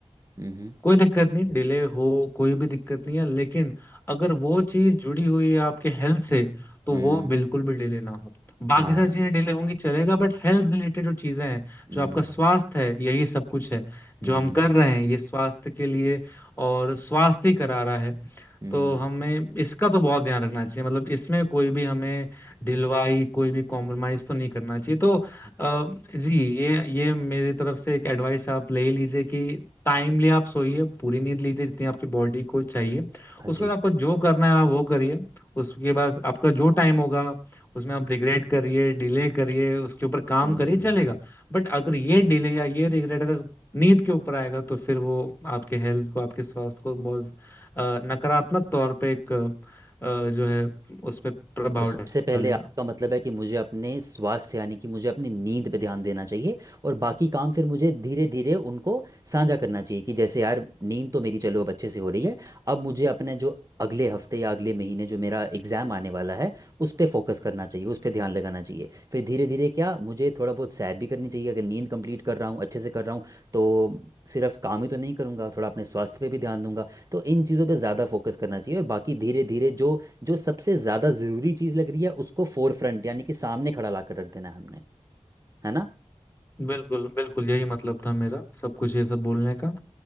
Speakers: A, on the right; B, on the left.
A: हम्म
B: कोई दिक्कत नहीं डिले हो कोई भी दिक्कत नहीं है लेकिन अगर वो चीज जुड़ी हुई है आपके हेल्थ से तो
A: हम्म
B: वो बिल्कुल भी डिले ना हो बाकी
A: हाँ
B: सारी चीजें डिले होंगी चलेगा बट हेल्थ रिलेटेड जो चीजें हैं
A: हम्म
B: जो आपका स्वास्थ्य है यही सब कुछ है
A: हम्म
B: जो हम कर रहे हैं ये स्वास्थ्य के लिए और स्वास्थ्य ही करा रहा है
A: हम्म
B: तो हमें इसका तो बहुत ध्यान रखना चाहिए मतलब इसमें कोई भी हमें ढिलवाई कोई भी कॉम्प्रोमाइज तो नहीं करना चाहिए तो अ, जी ये ये मेरी तरफ से एक एडवाइस आप ले ही लीजिए कि टाइमली आप सोइए पूरी नींद लीजिए जितनी आपकी बॉडी को चाहिए
A: हाँ
B: उसके
A: जी
B: बाद आपको जो करना है आप वो करिए उसके बाद आपका जो टाइम होगा उसमें आप रिग्रेट करिए डिले करिए उसके ऊपर काम
A: हम्म
B: करिए चलेगा बट अगर ये डिले या ये रिग्रेट अगर नींद के ऊपर आएगा तो फिर वो आपके हेल्थ को आपके स्वास्थ्य को बहुत अ, नकारात्मक तौर पे एक अ, जो है उस पर प्रभाव
A: तो सबसे
B: डालेगा
A: पहले आपका मतलब है कि मुझे अपने स्वास्थ्य यानी कि मुझे अपनी नींद पे ध्यान देना चाहिए और बाकी काम फिर मुझे धीरे धीरे उनको साझा करना चाहिए कि जैसे यार नींद तो मेरी चलो अब अच्छे से हो रही है अब मुझे अपने जो अगले हफ्ते या अगले महीने जो मेरा एग्ज़ाम आने वाला है उस पर फोकस करना चाहिए उस पर ध्यान लगाना चाहिए फिर धीरे धीरे क्या मुझे थोड़ा बहुत सैर भी करनी चाहिए अगर नींद कंप्लीट कर रहा हूँ अच्छे से कर रहा हूँ तो सिर्फ काम ही तो नहीं करूँगा थोड़ा अपने स्वास्थ्य पे भी ध्यान दूंगा तो इन चीज़ों पे ज़्यादा फोकस करना चाहिए और बाकी धीरे धीरे जो जो सबसे ज्यादा जरूरी चीज लग रही है उसको फोर फ्रंट यानी कि सामने खड़ा ला कर रख देना है हमने है ना
B: बिल्कुल बिल्कुल यही मतलब था मेरा सब कुछ ये सब बोलने का